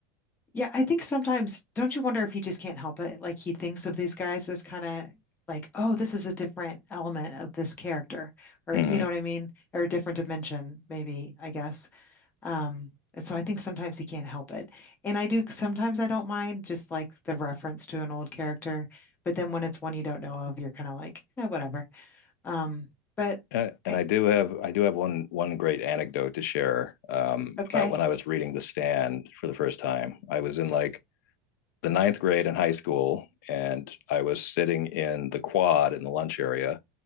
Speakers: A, on the left (about 20°); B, on the left (about 80°).
A: Yeah, I think sometimes, don't you wonder if he just can't help it? Like he thinks of these guys as kind of like, oh, this is a different element of this character, or
B: Mm-hmm.
A: you know what I mean? Or a different dimension, maybe, I guess. Um, and so I think sometimes he can't help it. And I do, sometimes I don't mind just like the reference to an old character, but then when it's one you don't know of, you're kind of like, eh, whatever. Um, but
B: Uh, and
A: I,
B: I do have I do have one one great anecdote to share um,
A: okay.
B: about when I was reading The Stand for the first time. I was in like the ninth grade in high school, and I was sitting in the quad in the lunch area,